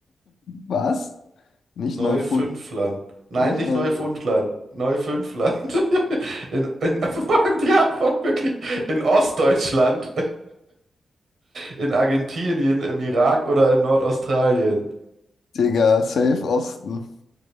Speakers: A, on the left; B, on the right.
A: Was? Nicht
B: Neufünfland.
A: Neufund.
B: Nein,
A: Nicht
B: nicht
A: Neufund.
B: Neufundland. Neufünfland. <laughs> In, in, <laughs> vor allem die Antwort wirklich. In Ostdeutschland, in Argentinien, im Irak oder in Nordaustralien.
A: Digga, safe Osten.